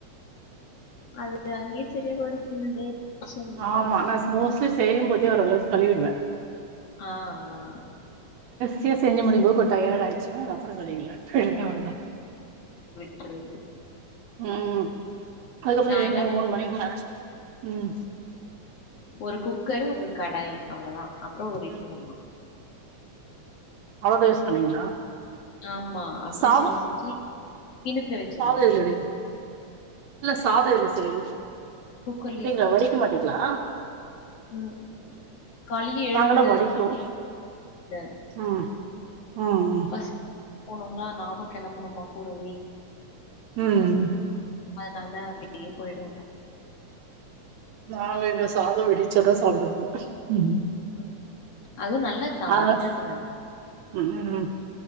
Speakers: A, on the left (about 60°); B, on the right (about 70°).
A: அது அங்கயே சிரியா போய்டோ ஃபுல் டே கிசன்ல
B: ஆமா நா மோஸ்ட்லி செய்யும் போதே ஓர் அளவுக்கு கழுவிடுவே
A: ஆ ஆ
B: தியொ செஞ்சு முடிக்கும் போது கொங் டயர்ட் ஆயிச்சுன்னா அது அப்புறோ கழுவிக்கலான் ட்ருவே அவ்ளதா
A: ற்றது
B: ம் அதுக்கப்புறோ ஈவினிங்
A: என்ன பண்
B: மூணு மணிக்கு மேல ம்
A: ஒரு குக்கரு ஒரு கடாய் அவ்ளதா அப்புறோ ஒரு இட்லி
B: ம்
A: குண்டா
B: அவ்ளோதா யூஸ் பண்ணுவீங்களா
A: ஆமா அப்டியே
B: சாதம்
A: செஞ்சு செஞ்சு கிண்ணத்துல வெச்சிருவே
B: சாதம் இதுல வைங்க இல்ல சாத எது செய்
A: குக்கர்லயே
B: அப்டிங்களா
A: தான்.
B: வடிக்க மாட்டீங்களா
A: ம் காலையில எழுந்து
B: நாங்களா வடிக்குவோ
A: இந்த
B: ம் ம் ம்
A: பசி போணுங்களா நானு கெளம்பணுமா கூடவே
B: ம்
A: அதனால தா அப்டியே போய்டுவே
B: நா எங்க சாதோ வடிச்சாதா சாப்டுவாங்க ம்
A: ம் அதுவு நல்லது தா
B: அ
A: வடிக்கிறது நல்
B: ம் ம்